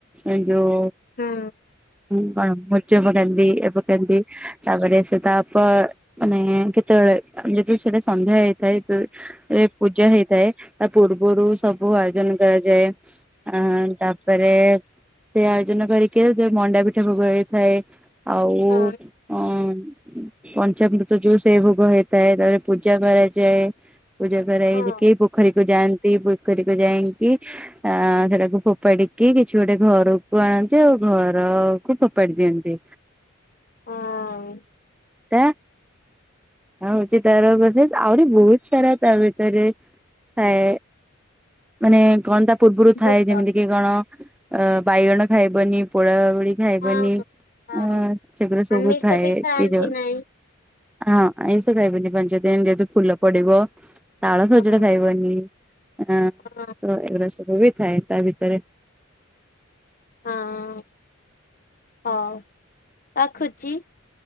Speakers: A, in the centre; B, on the left.
A: ଏ ଯଉ
B: ହଁ
A: ହୁଁ କଣ ମୁର୍ଯ ପକାନ୍ତି ଏ ପକାନ୍ତି ତାପରେ ସେ ତା ତ ମାନେ କେତେବେଳେ ଯଦି ସେଟା ସନ୍ଧ୍ୟା ହେଇଥାଏ ଯେ ରେ ପୂଜା ହେଇଥାଏ ତା ପୂର୍ବରୁ ସବୁ ଆୟୋଜନ କରାଯାଏ। ଆ ତାପରେ ସେ ଆୟୋଜନ କରିକି ଯୋଉ ମଣ୍ଡାପିଠ ଭୋଗ ହେଇଥାଏ। ଆଉ
B: ହଁ
A: ଅଁ ପଞ୍ଚାମୃତ ଯୋଉ ସେଇ ଭୋଗ ହେଇଥାଏ ତାପରେ ପୂଜା କରାଯାଏ ପୂଜା କରା ହେଇକି
B: ହଁ
A: ଭୋ ପୋଖରୀକୁ ଯାଆନ୍ତି ପୋଖରୀକୁ ଯାଇଁକି ଆ ସେଟାକୁ ଫୋପାଡିକି କିଛି ଗୋଟେ ଘରକୁ ଆଣନ୍ତି ଆଉ ଘରକୁ ଫୋପାଡି ଦିଅନ୍ତି।
B: ହଁ।
A: ତା। ଏ ହଉଛି ତାର ବୋଧେ ଆହୁରି ବହୁତ ସାରା ତା ଭିତରେ ଥାଏ। ମାନେ କଣ ତା ପୂର୍ବରୁ ଥାଏ
B: ଭୋଗ
A: ଯେମିତି କି କଣ ଅ ବାଇଗଣ ଖାଇବନି ପୋଡା ପୋଡି ଖାଇବନି
B: ହଁ ହଁ
A: ଅଁ ସେଗୁରା ସବୁ
B: ଆମିଷ
A: ଥାଏ
B: ବି ଖାଆନ୍ତି
A: କି ଯୋ
B: ନାହିଁ
A: ହଁ। ଆଇଁଷ ଖାଇବନି ପାଞ୍ଚ ଦିନ ଯେହେତୁ ଫୁଲ ପଡିବ ତାଳ ସଜଡା
B: ହଁ
A: ଖାଇବନି। ଅଁ
B: ହଁ
A: ତ ଏଗୁରା ସବୁ ବି ଥାଏ ତା ଭିତରେ।
B: ହଁ ହଉ ରଖୁଛି।